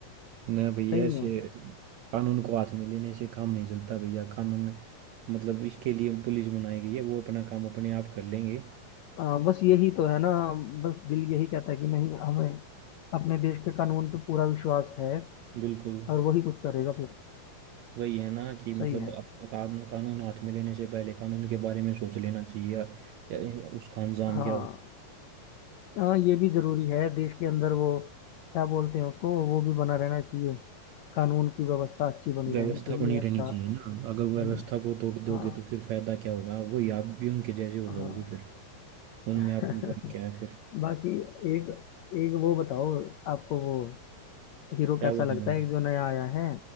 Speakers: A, on the right; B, on the left.
A: ना भाई
B: सही
A: ऐसे
B: नहीं है
A: कानून को हाथ में लेने से काम नहीं चलता भैया कानून मतलब इसके लिए पुलिस बनाई गई है वो अपना काम अपने आप कर लेंगे
B: आ, बस यही तो है ना बस दिल यही कहता है कि नहीं हमें अपने देश के कानून पे पूरा विश्वास है
A: बिल्कुल
B: और वही कुछ करेगा फिर
A: वही है ना कि
B: सही
A: मतलब
B: है
A: अप- कानून कानून हाथ में लेने से पहले कानून के बारे में सोच लेना चाहिए या, या उसका अंजाम
B: हाँ
A: क्या होगा
B: हाँ ये भी जरूरी है देश के अंदर वो क्या बोलते हैं उसको वो भी बना रहना चाहिए कानून की व्यवस्था अच्छी बनी
A: व्यवस्था
B: रहनी चाहिए
A: बनी रहनी
B: अच्छा
A: चाहिए ना अगर
B: हम्म,
A: व्यवस्था को तोड़ दोगे
B: हाँ
A: तो फिर फायदा क्या होगा वही आप भी उनके जैसे हो जाओगे
B: हाँ
A: फिर उनमें
B: <laughs>
A: आप में फर्क क्या है फिर
B: बाकी एक एक वो बताओ आपको वो हीरो
A: क्या
B: कैसा
A: बताएं
B: लगता है एक जो नया आया है